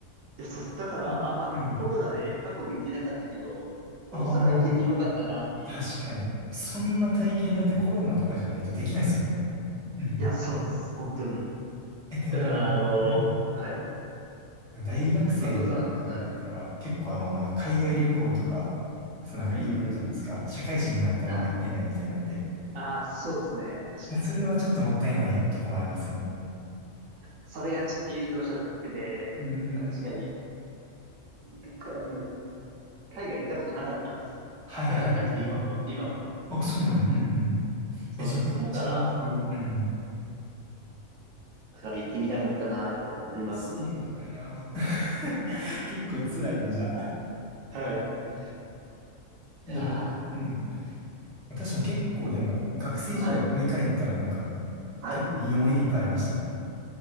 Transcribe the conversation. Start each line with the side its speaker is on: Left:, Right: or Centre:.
Right: や、そうっす。だから、
Centre: えうん。
Right: あ、まあ、コロナで韓国行けなかったけど、
Centre: ああ、
Right: 大阪行けてよかったなっていう。
Centre: まあまあ。確かに。そんな体験だってコロナとかじゃないとできないですもんね。うん。
Right: いや、そうっす。本当に。
Centre: え、でも、
Right: だから、あの、
Centre: うん。
Right: はい。
Centre: 大学生とかやったら、
Right: 加藤さん、はい。
Centre: 結構あの、海外旅行とか、そうなんか行くじゃないですか。
Right: うん。
Centre: 社会人になったらあんま行けないみたいなんで。
Right: あ、あ、そうですね。確かに。
Centre: それはちょっともったいないとこもありますよね。
Right: それがちょっと唯一のショックで、
Centre: うんうんうん。
Right: まあ確かに、でこあの、海外行ったことなかったんですよ。
Centre: はいはいはいはい。
Right: なか、なくて今も、今も。
Centre: あ、そうなんよ。うんうん。
Right: そうなんですよ。
Centre: え、じゃあめっちゃ、
Right: だから、
Centre: それは、うん。
Right: だから行ってみたかったなーっていうのはありますね。
Centre: そうなんや。<laughs> 結構辛いな、じゃあ。
Right: はい。いや
Centre: でも、うん。確かに結構、でも、学生時代思い返ったらなんか、
Right: ー、はい。はい。
Centre: 結構いい思い出いっぱいありましたね。